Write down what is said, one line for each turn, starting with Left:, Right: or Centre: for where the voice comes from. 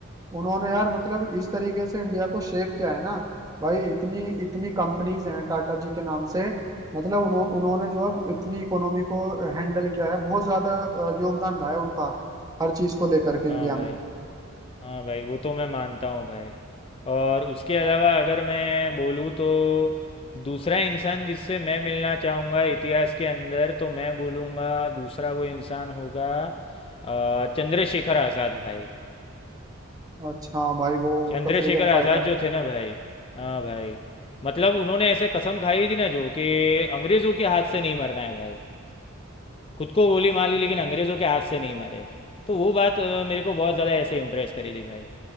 Right: उन्होंने यार मतलब इस तरीके से इंडिया को शेप किया है ना भाई इतनी इतनी कंपनीज हैं टाटा जी के नाम से मतलब उन्हों, उन्होंने जो अब इतनी इकोनॉमी को हैंडल किया है बहुत ज्यादा अ, योगदान रहा है उनका हर चीज को लेकर के इंडिया
Left: हाँ भाई
Right: में
Left: हाँ भाई वो तो मैं मानता हूँ भाई और उसके अलावा अगर मैं बोलूँ तो दूसरा इंसान जिससे मैं मिलना चाहूँगा इतिहास के अंदर तो मैं बोलूँगा दूसरा वो इंसान होगा अ, चंद्रशेखर आज़ाद भाई
Right: अच्छा हाँ भाई वो उनका
Left: चंद्रशेखर
Right: फ्रीडम
Left: आज़ाद
Right: फाइटर
Left: जो थे ना भाई हाँ भाई मतलब उन्होंने ऐसे कसम खाई थी ना जो कि अंग्रेज़ों के हाथ से नहीं मरना है भाई खुद को गोली मार ली लेकिन अंग्रेज़ों के हाथ से नहीं मरे तो वो बात अ, मेरे को बहुत ज़्यादा ऐसे इम्प्रेस करी थी भाई